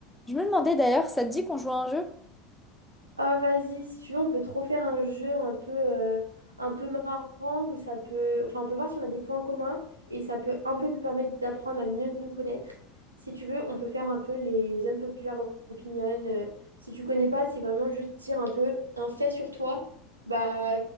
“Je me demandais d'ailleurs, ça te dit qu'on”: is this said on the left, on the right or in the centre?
Centre